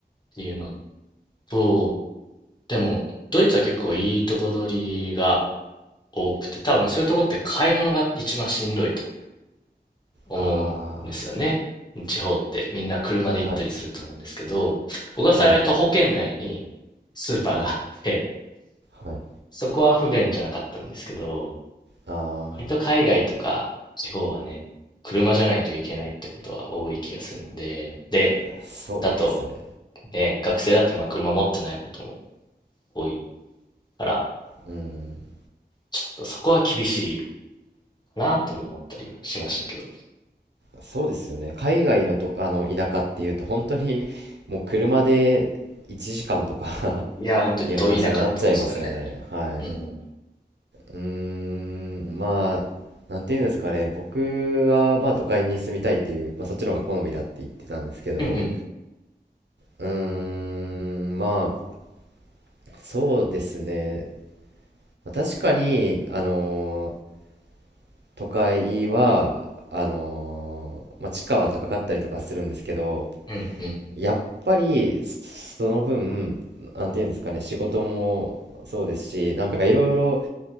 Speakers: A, on the left (about 25°); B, on the right (about 85°).
A: ていうのと、でも、ドイツは結構いいとこ取りが多くて、多分そういうとこって買い物が一番しんどいと。思うんですよね。
B: あ
A: 地方ってみんな車で行ったりすると思うんですけど、
B: あ。はい。
A: 僕は幸い徒歩圏内にスーパーがあって、
B: はい。はい。はい。
A: そこは不便じゃなかったんですけど、
B: あ
A: 割と海外とか地方はね、車じゃないといけないってことは多い気がするので、で、
B: あ。そうですね。
A: だとね、学生だとまあ車持ってないことも多いから、
B: うーん。
A: ちょっとそこは厳しいかなとも思ったりはしましたけど。
B: そうですよね。海外のと、あの田舎っていうと本当にもう車で1時間とか
A: いや、
B: <laughs>
A: 本当に遠いなかったですよね。
B: いう話になっちゃいますよね。はい。
A: うん。
B: うーん、まあ、なんていうんですかね。僕はまあ都会に住みたいっていう、まあそっちの方が好みだって言ってたんですけど、
A: うんうん。
B: うーん、まあ、そうですね。まあ確かに、あのー都会は、あのーまあ地価は高かったりとかするんですけど、
A: うんうん。
B: やっぱりその分なんていうんですかね仕事もそうですしなんかいろいろ